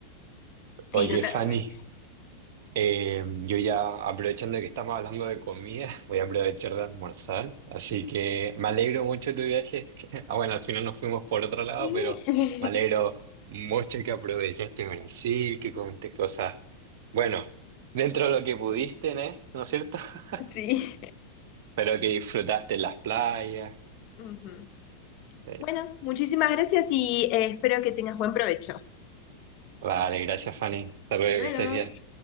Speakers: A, on the left; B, on the right.
A: Sí,
B: Oye,
A: totalmente.
B: Fanny. Eh, yo ya aprovechando que estamos hablando de comida, <laughs> voy a aprovechar de almorzar, así que me alegro mucho de tu viaje. <laughs> Ah, bueno, al final nos fuimos por otro lado,
A: <laughs>
B: pero me alegro mucho que aprovechaste Brasil, que comiste cosas, bueno, dentro de lo que pudiste, ¿eh? ¿No es cierto? <laughs>
A: Sí.
B: Pero que disfrutaste las playas.
A: Ujú.
B: Eh,
A: Bueno, muchísimas gracias y eh, espero que tengas buen provecho.
B: vale, gracias Fanny. Hasta luego,
A: Hasta luego.
B: que estés bien.